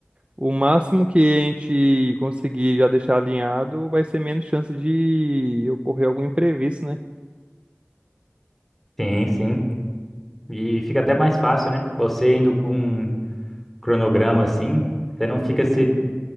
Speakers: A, on the right; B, in the centre.
A: o máximo que a gente conseguir já deixar alinhado vai ser menos chance de ocorrer algum imprevisto, né?
B: Sim, sim. E fica até mais fácil, né? Você indo com um cronograma assim, você não fica se